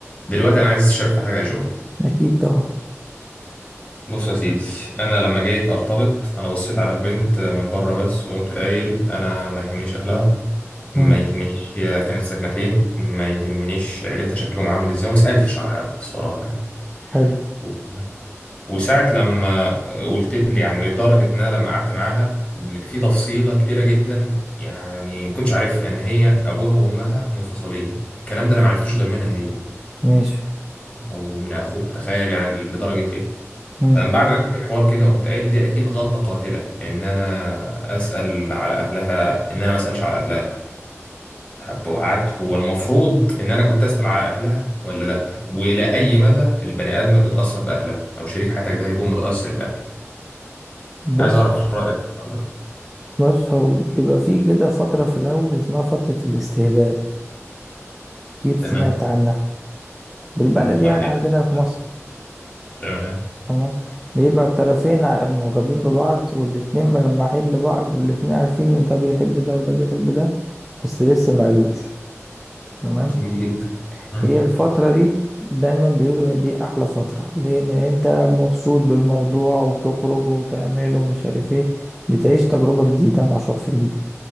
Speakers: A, on the left; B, in the centre.
A: دلوقتي انا عايز اشارك في حاجه يا جو
B: اكيد طبعا
A: بص يا سيدي انا لما جيت ارتبط انا بصيت على البنت من بره بس وقمت قايل انا ما يهمنيش اهلها ما
B: امم
A: يهمنيش هي كانت ساكنه فين ما يهمنيش عيلتها شكلهم عامل ازاي وما سالتش على حد الصراحه يعني
B: حلو
A: و- وساعه لما قلت لي يعني لدرجه ان انا لما قعدت معاها م- في تفصيله كبيره جدا يعني ما كنتش عارفها ان هي ابوها وامها منفصلين الكلام ده انا ما عرفتوش غير منها هي
B: ماشي
A: او من اخوها تخيل يعني لدرجه ايه
B: امم
A: فمن بعد ما لقيت الحوار كده قمت قايل دي اكيد غلطه قاتله ان انا اسال على اهلها ان انا ما اسالش على اهلها طب وقعدت هو المفروض ان انا كنت اسال على اهلها ولا لا والى اي مدى البني ادمه بتتاثر باهلها او شريك حياتك ده هيكون متاثر باهله
B: بص
A: عايز اعرف رايك برضه
B: بص هو بيبقى فيه كده فترة في الاول اسمها فترة الاستهبال اكيد
A: تمام
B: سمعت عنها بالبلد
A: والله
B: يعني
A: ليه
B: عندنا في
A: لا
B: مصر
A: تمام
B: تمام بيبقى الطرفين ع- معجبين ببعض والاتنين ملمحين لبعض والاتنين عارفين ان ده بيحب ده وده بيحب ده بس لسه ما قالوش تمام
A: جميل جدا مم.
B: هي الفترة دي دايما بيقولوا ان دي احلى فترة لان انت مبسوط بالموضوع وبتخرج وتعمل ومش عارف ايه بتعيش تجربة جديدة مع شخص جديد